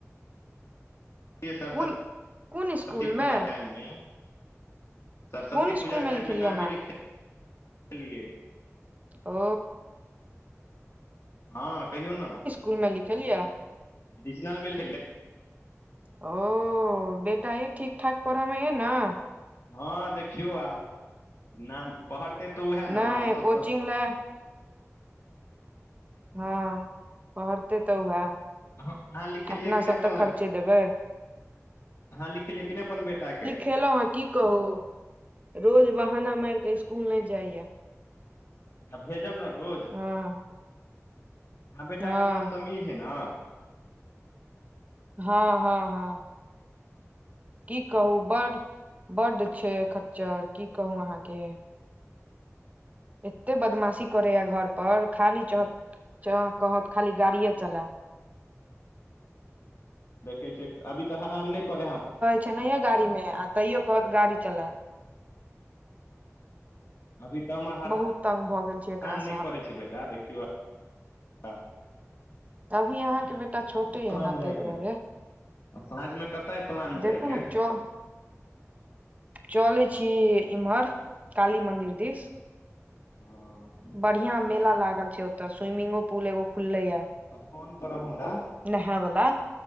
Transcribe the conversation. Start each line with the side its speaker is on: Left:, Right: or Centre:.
Left: सरसती,
Right: कोन
Left: सरस्वती
Right: कोन स्कूल
Left: पूजा
Right: मे
Left: टाइममे सरस्वती
Right: कोन
Left: पूजा
Right: स्कूल मे
Left: टाइममे
Right: लिखेलियै
Left: नामे
Right: नाम
Left: लिखेलियै
Right: ओ
Left: हँ कहियौ ने
Right: कुनमे लिखेलियै?
Left: रिजनलमे <unintelligible>
Right: ओ बेटा ये ठीक-ठाक पढ़ऽमे य न?
Left: हँ देखियौ आब, नाम पहरतै तऽ उएहे न
Right: नहि
Left: हम सभ
Right: कोचिंग
Left: तऽ नाम-
Right: लए हँ पढ़ते तऽ उएह
Left: ह अहाँ लिखेलियै
Right: अपना
Left: कि
Right: सब
Left: नहि अपन
Right: तऽ खर्चे
Left: लड़,
Right: देबै
Left: अहाँ लिखेलियै की नहि अपन बेटाके?
Right: लिखलहुॅं हन, की कहू रोज बहाना मारि ऽ स्कूल नहि जाइया
Left: आ भेजब ने रोज,
Right: हँ
Left: अहाँ बेटाके
Right: हँ
Left: नाम समीर है ने?
Right: हँ हँ हँ की कहू बड, बड छै खच्चर, की कहू अहाँके एत्ते बदमाशी करैया घर पर, खाली चाहत च कहत खाली
Left: हमरो
Right: गाड़ीेये चलायब।
Left: देखै छै अभी तऽ हरान नहि करै हैय
Right: छैे नहियए गाड़ीमे आ तैयो कहत गाड़ी चलायब
Left: अभी तऽ हमर हरान
Right: बहुत तंग भऽ गेल छै एकरा
Left: नहि
Right: सँ
Left: करै छै बेटा देखियौ <unintelligible>
Right: त अभी अहाँके बेटा छोटे या
Left: प्लान
Right: न
Left: जायके
Right: ताहि दुआरे
Left: आ साँझमे कतय एहि प्लान
Right: देखू
Left: जायके?
Right: ने चल चलै छी इम्हर काली मन्दिर दिस
Left: तऽ
Right: बढ़ियां मेला लागल छै ओत्त स्विमिंगो पुल एगो खुललै या
Left: तऽ फोन करब हमरा
Right: नहायवला